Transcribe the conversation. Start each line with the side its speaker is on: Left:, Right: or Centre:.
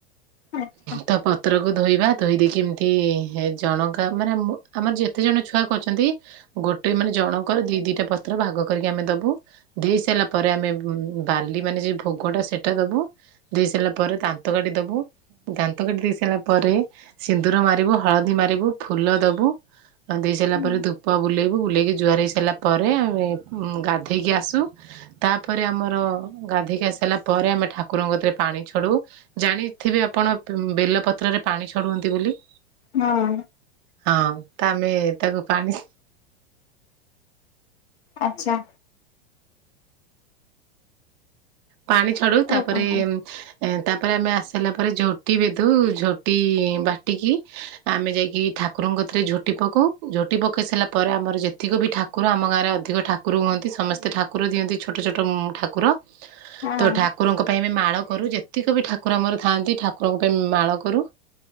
Left: ଆଚ୍ଛା
Right: ତ ପତ୍ରକୁ ଧୋଇବା ଧୋଇ ଦେଇକି ଏମତି ଜଣଙ୍କା ମାନେ ଆମ ଆମର ଯେତେ ଜଣ ଛୁଆ କରୁଛନ୍ତି ଗୋଟେ ମାନେ ଜଣଙ୍କର ଦି ଦିଟା ପତ୍ର ଭାଗ କରିକି ଆମେ ଦବୁ, ଦେଇସାଇଲା ପ ପରେ ଆମେ ଉଁ ବାଲି ମାନେ ଯୋଉ ଭୋଗଟା ସେଟା ଦବୁ, ଦେଇ ସାରିଲା ପରେ ଦାନ୍ତ କାଟି ଦବୁ ଦାନ୍ତ କାଟି ଦେଇ ସାରିଲା ପରେ ସିନ୍ଦୁର ମାରିବୁ, ହଳଦୀ ମାରିବୁ, ଫୁଲ ଦବୁ ଦେଇ ସାଇଲା
Left: ହୁଁ
Right: ପରେ, ଧୂପ ବୁଲେଇବୁ ବୁଲେଇକି ଜୁହାର ହେଇ ସାରିଲା ପରେ, ଆମେ ଗାଧେଇକି ଆସୁ ତାପରେ ଆମର ଗାଧେଇକି ଆସି ସାଇଲାପରେ ଆମେ ଠାକୁରଙ୍କ କତିରେ ପାଣି ଛଡଉ, ଜାଣିଥିବେ ଆପଣ କଣ ବେଲପତ୍ରରେ ପାଣି ଛଡଉଅନ୍ତି ବୋଲି।
Left: ହଁ।
Right: ହଁ ତ ଆମେ ତାକୁ ପାଣି
Left: ଆଚ୍ଛା।
Right: ପାଣି ଛଡଉ ତାପରେ
Left: କଣ କଣ
Right: ଏ ତାପରେ ଆମେ ଆସିଲା ପରେ ଝୋଟି ବିଧୁ ଝୋଟି ବାଟିକି ଆମେ ଯାଇକି ଠାକୁର ସବୁଥିରେ ଝୋଟି ପକଉ। ଝୋଟି ପକେଇ ସାରିଲା ପରେ ଆମର ଯେତିକି ବି ଠାକୁର ଆମ ଗାଁରେ ଅଧିକ ଠାକୁର ହୁଅନ୍ତି ସ ସମସ୍ତେ ଠାକୁର ଦିଅନ୍ତି ଛୋଟ ଛୋଟ ଠାକୁର।
Left: ହଁ।
Right: ତ ଠାକୁରଙ୍କ ପାଇଁ ଆମେ ମା ମାଳ କରୁ ଯେତିକ ବି ଠାକୁର ଆମର ଥାଆନ୍ତି ଠାକୁରଙ୍କ ପାଇଁ ମାଳ କରୁ।